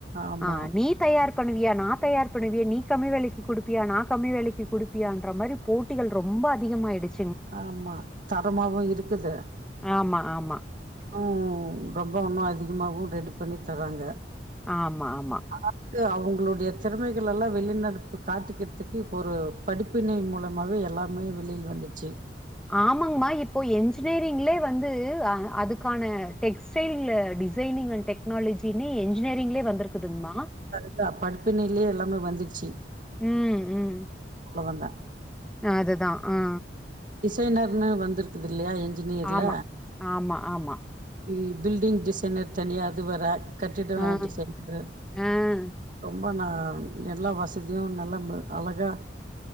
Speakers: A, on the right; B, in the centre.
A: ஆமா
B: ஆ நீ தயார் பண்ணுவியா நா தயார் பண்ணுவியே நீ கம்மி வெலைக்கு குடுப்பியா நா கம்மி வெலைக்கு குடுப்பியான்ற மாரி போட்டிகள் ரொம்ப அதிகமாயிடுச்
A: ஆமா தரமாவு இருக்குது
B: ஆமா, ஆமா
A: ம் ரொம்போ உன்னு அதிகமாகவு ரெடி பண்ணி தராங்க
B: ஆமா ஆமா
A: <inaudible> அவுங்களுடைய திறமைகள் எல்லா வெளிநடப்பு காட்டிக்கிறதுக்கு இப்பொரு படிப்பினை மூலமாவே எல்லாமே வெளில வந்துச்சு
B: ஆமாங்கமா இப்போ என்ஜினியரிங்லே வந்து ஆ அதுக்கான டெக் ஸ்டைல் டிசைனிங் அன் டெக்னாலஜினே என்ஜினியரிங்லே வந்துருக்குதுங்மா
A: அதா படிப்பினிலே எல்லாமே வந்துர்ச்சி
B: ம் ம்
A: <unintelligible> தா
B: அதுதா ஆ
A: டிசைனர்னு வந்துருக்குது இல்லையா இன்ஜினியர்ல
B: ஆமா. ஆமா, ஆமா.
A: இ பில்டிங் டிசைனர் தனியா அது வேற கட்டிட
B: ஆ,
A: டிசைன் இது
B: ஆ.
A: ரொம்ப நா எல்லா வசதியு நல்லா அழகா